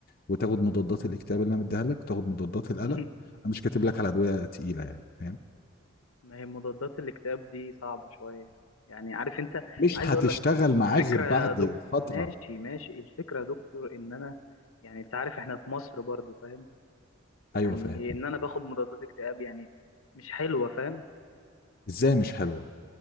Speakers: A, on the left; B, on the left.
A: وتاخد مضادات الاكتئاب اللي انا مديها لك وتاخد مضادات القلق
B: <laughs>
A: انا مش كاتب لك على ادويه تقيله يعني فاهم
B: ما هي مضادات الاكتئاب دي صعبه شويه يعني عارف انت
A: مش
B: عايز
A: هتشتغل
B: اقول
A: معاه
B: فكرة
A: غير بعد
B: يا دكتور
A: فترة
B: ماشي ماشي الفكرة يا دكتور ان انا يعني انت عارف احنا في مصر برضو فاهم يعني
A: ايوه فاهم
B: إيه ان انا باخد مضادات اكتئاب يعني مش حلوة فاهم
A: ازاي مش حلوة